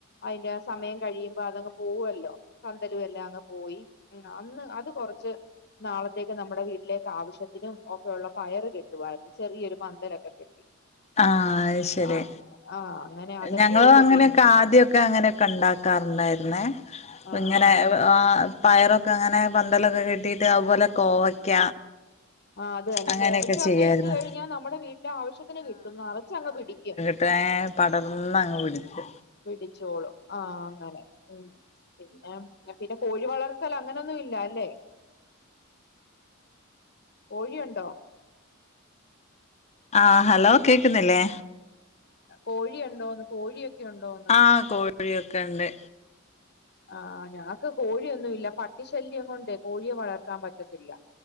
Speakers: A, on the left; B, on the left.
A: അയിന്റെ സമയം കഴിയുമ്പോ അതങ്ങ് പോവുവല്ലോ പന്തലുവെല്ലാം അങ്ങ് പോയി അന്ന് അത് കൊറച്ച് നാളത്തേക്ക് നമ്മുടെ വീട്ട് ലേക്ക് ആവശ്യത്തിനും ഒക്കെയുള്ള പയറ് കിട്ടുവായിരുന്നു ചെറിയൊരു പന്തലൊക്കെ കിട്ടി
B: ആഹ് അത് ശരി
A: ആഹ് ആഹ് അങ്ങനെ അതൊക്കെ
B: ഞങ്ങളു
A: ഉള്ളു
B: അങ്ങനെയൊക്കെ
A: പിന്നെ
B: ആദ്യൊക്കെ അങ്ങനെയൊക്കെ ഇണ്ടാക്കാറുണ്ടായിരുന്നേ
A: ആഹ്
B: ഇങ്ങനെ
A: ആഹ്
B: ആഹ് പയറൊക്കെ അങ്ങനെ പന്തലൊക്കെ കെട്ടിയിട്ട് അതുപോലെ കോവയ്ക്ക
A: ആ അത് തന്നെ
B: അങ്ങനെയൊക്കെ
A: കോവയ്ക്കൊക്കെ
B: ചെയ്യായിരുന്നു
A: ഇട്ട് കഴിഞ്ഞാ നമ്മുടെ വീട്ടിലെ ആവശ്യത്തിന് കിട്ടും നെറച്ചങ്ങ് പിടിക്കും
B: പ്പളേ പടന്നങ്ങ് പിടിച്ച്
A: പിടിച്ചോളും ആഹ് അങ്ങനെ ഉം പിന്നെ പിന്നെ കോഴി വളർത്തൽ അങ്ങനൊന്നും ഇല്ലാല്ലേ കോഴിയുണ്ടോ
B: ആഹ് ഹലോ കേക്കുന്നില്ലേ
A: കോഴി ഉണ്ടോന്നു കോഴിയൊക്കെ ഉണ്ടോന്ന്
B: ആഹ് കോഴിയൊക്കെ ഇണ്ട്
A: ആഹ് ഞങ്ങക്ക് കോഴിയൊന്നു ഇല്ല പട്ടിശല്യം കൊണ്ടേ കോഴിയെ വളർത്താൻ പറ്റത്തില്ല